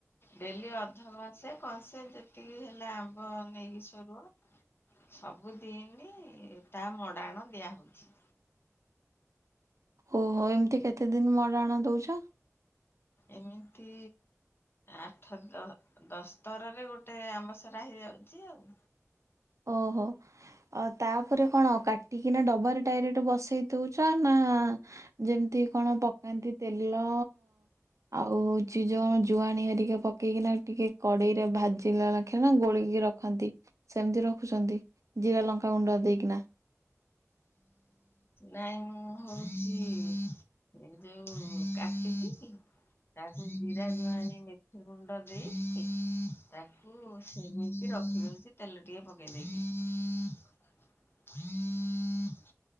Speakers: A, on the left (about 45°); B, on the right (about 70°).
A: ଡେଲି ଅଧକଂସେ କଂସେ ଯେତିକି ହେଲା ଆମ୍ବ ମ୍ବ ନେଇକି ସୋରୁଅ ସବୁଦିନ ତା ମଡାଣ ଦିଆହଉଛି।
B: ଓ ହୋ ଏମିତି କେତେଦିନ ମଡ଼ାଣା ଦଉଛ?
A: ଏମିତି ଆଠ ଦ ଦଶଥରରେ ଗୋଟେ ଆମ୍ବସରା ହେଇଯାଉଛି ଆଉ।
B: ଓହୋ। ଅ ତାପରେ କଣ କାଟିକିନା ଡବାରେ ଡାଇରେକ୍ଟ ବସେଇ ଦଉଛ ନା ଯେମିତି କଣ ପକାନ୍ତି ତେଲ ଆଉ ହଉଛି ଯୋଉ ଜୁଆଣ ହେରିକେ ପକେଇକିନା ଟିକେ କଡେଇରେ ଭାଜିଲା ଲାଖେ ନା ଗୋଳେଇକି ରଖ ଖନ୍ତି ସେମିତି ରଖୁଛନ୍ତି ଜିରା ଲଙ୍କା ଗୁଣ୍ଡ ଦେଇକିନା।
A: ନାଇଁ ମୁଁ ହଉଛି ଏ ଯୋଉ କାଟିବ କି ତାକୁ ଜିରା ଜୁଆଳି ମେଥି ଗୁଣ୍ଡ ଦେଇ ତାକୁ ସେମିତି ରଖିଦଇଛି। ତେଲ ଟିକେ ପକେଇ ଦେଇକି।